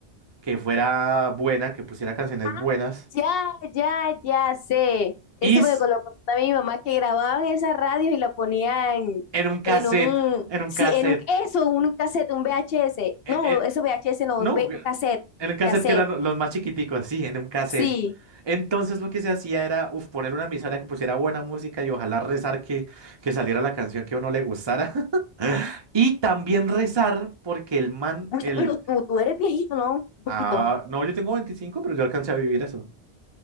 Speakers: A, on the right; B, on the left.
A: que fuera buena, que pusiera canciones
B: Ah,
A: buenas,
B: ya, ya, ya sé. Eso
A: y s-
B: me lo contaba mi mamá que grababan esas radios y la ponían
A: en un cassette,
B: en un,
A: en un
B: sí,
A: cassette.
B: en un, eso, un cassette, un VHS.
A: e,
B: No,
A: e,
B: eso VHS no,
A: No,
B: un, ve-
A: eh,
B: un cassette,
A: en un cassette
B: cassette,
A: que eran lo- los más chiquiticos, sí, en un cassette.
B: sí.
A: Entonces lo que se hacía era uf, poner una emisora que pusiera buena música y ojalá rezar que, que saliera la canción que a uno le gustara. <laughs> Y también rezar porque el man,
B: Uy,
A: el...
B: pero tú, tú eres viejito, ¿no? Un poquito.
A: Ah, no, yo tengo 25 pero yo alcancé a vivir eso.